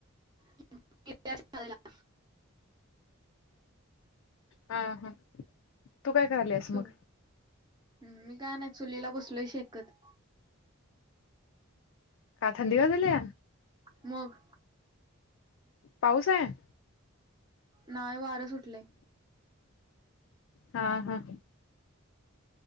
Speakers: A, on the right; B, on the left.
A: गेलीया शाळेला.
B: हा. तू काय करायलीस मग?
A: तू मी काय नाही, चुलीला बसलोय शेकत.
B: का थंडी वाजाल्या?
A: मग.
B: पाऊस हाय.
A: नाही वारं सुटलय.
B: हा हा.